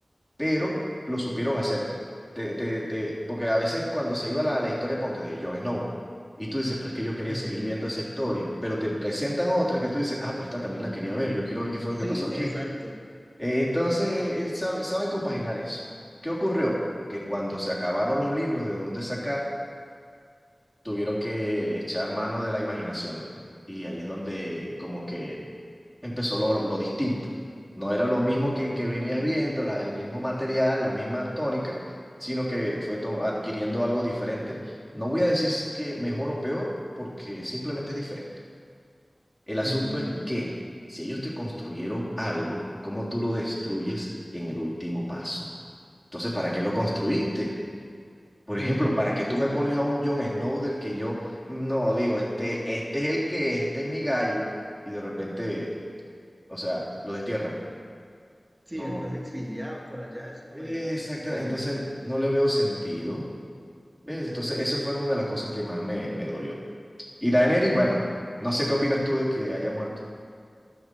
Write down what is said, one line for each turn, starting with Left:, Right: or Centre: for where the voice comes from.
Centre: Pero lo supieron hacer. Te- te- te- porque a veces cuando se iba la, la historia, ponte de Jon Snow, y tú dices, pero es que yo quería
Right: Ujú.
Centre: seguir viendo esa historia, pero te presentan otra que tú dices, ah, pero esta también la quería ver, yo quiero ver qué fue lo
Right: Sí,
Centre: que pasó aquí.
Right: exacto.
Centre: Eh, entonces, eh, sabe- saben compaginar eso. ¿Qué ocurrió? Que cuando se acabaron los libros de dónde sacar, tuvieron que echar mano de la imaginación. Y ahí es donde como que empezó lo, lo distinto. No era lo mismo que,
Right: Ujú,
Centre: que venías viendo, la- el mismo material, la misma tónica, sino que fue to- adquiriendo algo diferente. No voy a decir s- que mejor o peor, porque simplemente es diferente. El asunto
Right: ujú,
Centre: es que si ellos te construyeron algo, ¿cómo tú lo destruyes en el último paso? Entonces, ¿para qué lo construiste? Por
Right: ujú,
Centre: ejemplo, ¿para que tú
Right: Sí,
Centre: me pones a un Jon Snow del que yo no digo, este, este es el que es, este es mi gallo? Y de repente, o sea, lo destierran.
Right: sí,
Centre: No.
Right: después exiliado por allá, es como
Centre: Exacto.
Right: de, uff, pero
Centre: Entonces no le veo sentido. ¿Ves? Entonces, eso fue una de las cosas que más me, me dolió. Y Daenerys, bueno, no sé qué opinas tú de que haya muerto.